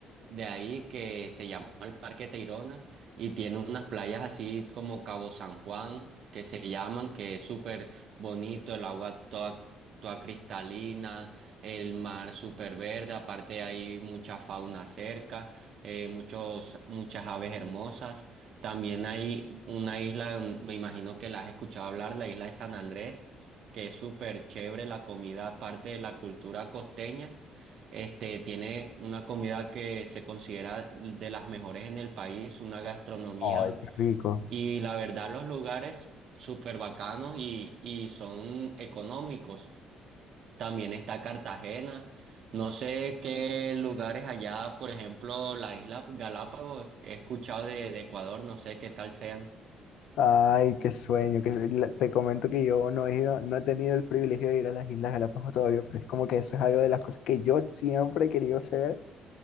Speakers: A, on the right; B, on the left.
A: de ahí que se llama el Parque Tayrona y tiene unas playas así como Cabo San Juan que se llaman, que es súper bonito, el agua toda, toda cristalina, el mar súper verde, aparte hay mucha fauna cerca, eh, muchos, muchas aves hermosas. También hay una isla, mm, me imagino que la has escuchado hablar, la isla de San Andrés, que es súper chévere la comida, aparte de la cultura costeña. Este, tiene una comida que se considera de las mejores en el país, una gastronomía
B: Ay, qué rico.
A: y la verdad los lugares súper bacanos y, y son económicos. También está Cartagena. No sé qué lugares allá, por ejemplo, la isla Galápagos, he escuchado de, de Ecuador, no sé qué tal sean.
B: Ay, qué sueño. Que la- te comento que yo no he ido, no he tenido el privilegio de ir a las Islas Galápagos todavía, pero es como que eso es algo de las cosas que yo siempre he querido hacer